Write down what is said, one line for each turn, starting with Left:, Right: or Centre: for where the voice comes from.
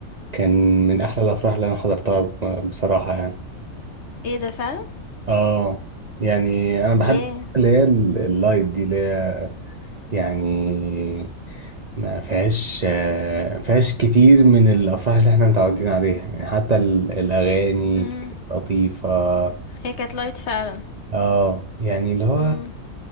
Right: كان من أحلى الأفراح اللي أنا حضرتها ب- بصراحة يعني
Left: ايه ده فعلا
Right: اه يعني أنا بحب
Left: ياه
Right: الأفراح اللي هي ال- اللايت دي اللي هي يعني ما فيهاش آه، فيهاش كتير من الأفراح اللي احنا متعودين عليها يعني حتى ال- الأغاني
Left: امم
Right: كانت لطيفة
Left: هي كانت لايت فعلا
Right: اه يعني اللي هو
Left: امم